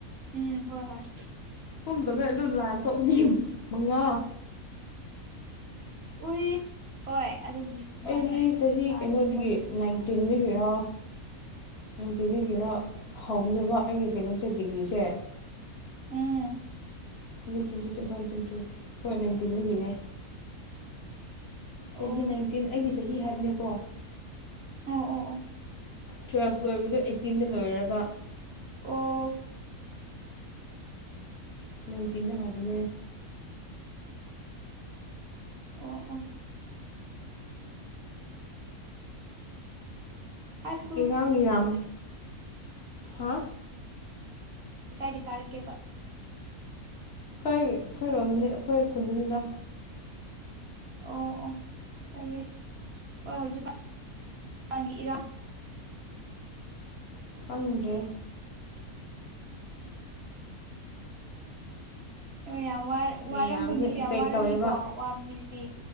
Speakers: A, on the right; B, on the left.
A: ꯎꯝ ꯍꯣꯏ ꯍꯣꯏ꯫
B: <unintelligible> ꯑꯗꯨ ꯂꯥꯟ ꯊꯣꯛꯑꯅꯤꯌꯨ ꯃꯉꯥ
A: ꯎꯏ ꯍꯣꯏ ꯑꯗꯨꯕꯨꯗꯤ ꯃꯥꯅꯤ
B: ꯑꯩꯗꯤ ꯆꯍꯤ
A: ꯂꯥꯟꯒꯤꯀꯣ
B: ꯀꯩꯅꯣꯗꯒꯤ ꯅꯥꯏꯟꯇꯤꯟꯗꯒꯤꯔ꯫ ꯅꯥꯏꯟꯇꯤꯟꯗꯒꯤꯔ ꯍꯧꯕꯅꯦꯕ ꯑꯩꯒꯤ ꯀꯩꯅꯣꯁꯦ ꯗꯤꯒ꯭ꯔꯤꯁꯦ꯫
A: ꯎꯝ꯫
B: ꯅꯥꯏꯟ ꯇ꯭ꯋꯦꯟꯇꯤ ꯇꯨ ꯇ ꯋꯥꯟ ꯇ꯭ꯋꯦꯟ ꯇꯨ ꯍꯣꯏ ꯅꯥꯏꯟꯇꯤꯟꯗꯒꯤꯅꯦ꯫
A: ꯑꯣ
B: ꯆꯍꯤ ꯅꯥꯏꯟꯇꯤꯟ ꯑꯩꯒꯤ ꯆꯍꯤ ꯍꯥꯏꯕꯅꯦꯀꯣ꯫
A: ꯑꯣ ꯑꯣ ꯑꯣ꯫
B: ꯇꯨꯌꯦꯜꯐ ꯂꯣꯏꯕꯗꯣ ꯑꯩꯠꯇꯤꯟꯗ ꯂꯣꯏꯔꯕ꯫
A: ꯑꯣ
B: ꯅꯥꯏꯟꯇꯤꯟꯗ ꯍꯥꯏꯕꯅꯦ꯫
A: ꯑꯣ ꯑꯣ ꯑꯥꯏꯁ꯫
B: ꯏꯔꯥꯡꯒ ꯌꯥꯝ ꯍꯥ꯫
A: ꯀꯥꯏꯗ ꯀꯥꯔꯛꯀꯦꯕ꯫
B: ꯑꯩꯈꯣꯏ ꯑꯩꯈꯣꯏꯔꯣꯝꯗꯨꯅꯤ ꯑꯩꯈꯣꯏ ꯈꯨꯟꯗꯨꯅꯤꯗ꯫
A: ꯑꯣ ꯑꯣ ꯐꯌꯦ ꯍꯣꯏ ꯍꯧꯖꯤꯛꯀꯥꯟ ꯏꯔꯥꯡ
B: ꯈꯪꯗ꯭ꯔꯦ꯫
A: ꯌꯥꯝ ꯋꯥꯏ
B: ꯃꯌꯥꯝꯅ
A: ꯋꯥꯔꯝꯕ ꯃꯤꯁꯨ
B: ꯑꯦꯐꯦꯛ
A: ꯌꯥꯝ ꯋꯥꯔꯝꯅꯤꯀꯣ
B: ꯇꯧꯋꯦꯕ
A: ꯋꯥꯕ ꯃꯤꯗꯨꯗꯤ